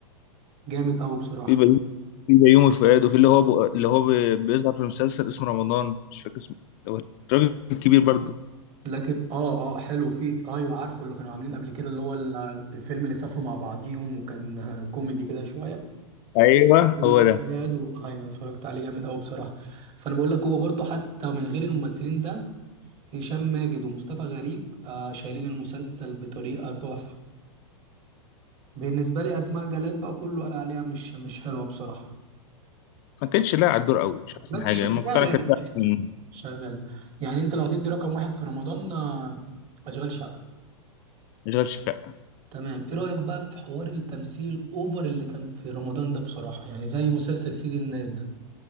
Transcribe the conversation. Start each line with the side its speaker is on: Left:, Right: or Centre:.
Right: جامد قوي بصراحه
Left: في بيومي في بيومي فؤاد وفي اللي هو بق- اللي هو بي- بيظهر في المسلسل اسمه رمضان مش فاكر اسمه هو الراجل الكبير برضه
Right: لكن اه اه حلو في ايوه عارفه اللي كانوا عاملين قبل كده اللي هو ال- الفيلم اللي سافروا مع بعضيهم وكان <laughs> آه، كوميدي كده شويه
Left: ايوه
Right: بدون
Left: هو ده
Right: حلقات و... ايوه انا اتفرجت عليه جامد قوي بصراحه فانا بقول لك هو برضو حتى من غير الممثلين ده هشام ماجد ومصطفى غريب آه شايلين المسلسل بطريقه تحفه بالنسبه لي اسماء جلال بقى كله قال عليها مش مش حلوه بصراحه
Left: ما كانش لاعب على الدور قوي مش احسن
Right: بس
Left: حاجه
Right: شغاله
Left: لما كنت انا
Right: يعني
Left: كنت
Right: شغاله
Left: من
Right: شغالة. يعني انت لو هتدي رقم واحد في رمضان آه، اشغال شقه
Left: اشغال شقه
Right: تمام ايه رأيك بقى في حوار التمثيل الاوفر اللي كان في رمضان ده بصراحة يعني زي مسلسل سيد الناس ده